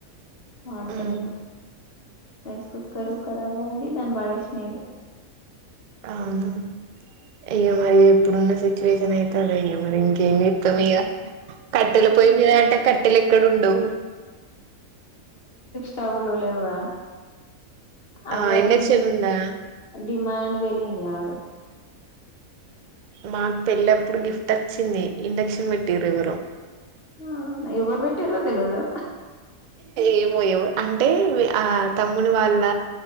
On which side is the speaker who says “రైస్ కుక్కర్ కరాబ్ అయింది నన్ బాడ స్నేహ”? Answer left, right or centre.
Left